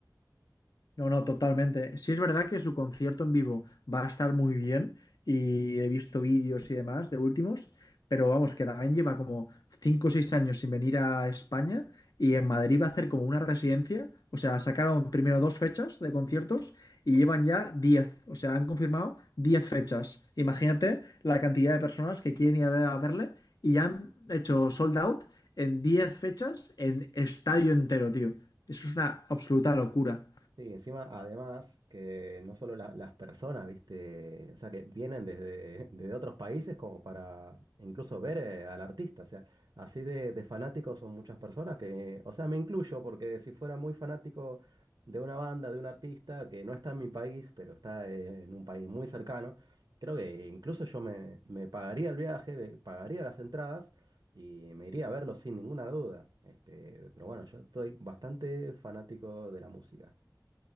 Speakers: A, on the left; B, on the right.
A: No, no, totalmente. Sí es verdad que su concierto en vivo va a estar muy bien y he visto vídeos y demás de últimos, pero vamos, que también lleva como 5 o 6 años sin venir a España y en Madrid va a hacer como una residencia, o sea, sacaron primero dos fechas de conciertos y llevan ya 10, o sea, han confirmado 10 fechas. Imagínate la cantidad de personas que quieren ir a ver- a verle y ya han hecho sold out en 10 fechas en estadio entero, tío. Eso es una absoluta locura.
B: Sí, encima, además, que no solo la- las personas, ¿viste? O sea, que vienen desde, <laughs> desde otros países como para incluso ver eh, al artista. O sea, así de, de fanáticos son muchas personas que, o sea, me incluyo porque si fuera muy fanático de una banda, de un artista que no está en mi país, pero está eh, en un país muy cercano, creo que incluso yo me, me pagaría el viaje, me pagaría las entradas. Y me iría a verlo sin ninguna duda. Este, pero bueno, yo estoy bastante fanático de la música.